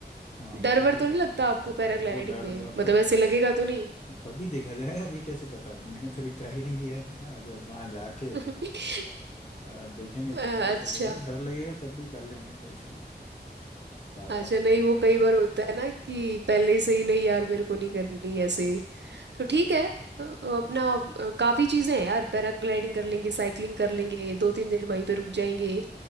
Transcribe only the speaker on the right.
डर
वर
तो
नहीं लगता आपको पैराग्लाइडिंग
में
मतलब
ऐसे
लगेगा तो नहीं
<laughs>
अ,
अच्छा
अच्छा
नहीं
वो
कई बार होता है ना कि पहले से ही नहीं यार मेरे को नहीं करनी ऐसे तो ठीक है अ, अपना अ, काफी चीजें हैं यार पैराग्लाइडिंग कर लेंगे साइकिलिंग कर लेंगे दो तीन दिन वहीं पे रुक जाएंगे